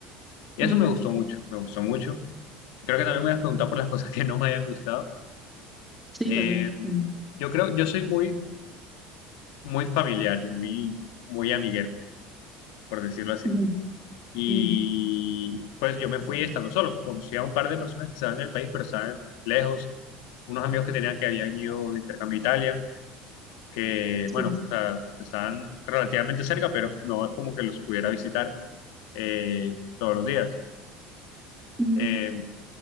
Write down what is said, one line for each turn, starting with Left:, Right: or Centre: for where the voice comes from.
Left: Y
Centre: ujú,
Left: eso me gustó mucho, me gustó mucho. Creo que también me has preguntado por las cosas que no me hayan gustado.
Centre: Sí,
Left: Eh,
Centre: también. Ujú,
Left: yo creo, yo soy muy, muy familiar y muy, muy amiguero, por decirlo así.
Centre: ujú,
Left: Y
Centre: ujú,
Left: pues yo me fui estando solo. Conocí a un par de personas que estaban en el país, pero estaban lejos. Unos amigos que tenía que habían ido de intercambio a Italia que, bueno,
Centre: Sí,
Left: o sea, están relativamente cerca, pero no es como que los pudiera visitar eh, todos los días.
Centre: ujú,
Left: Eh,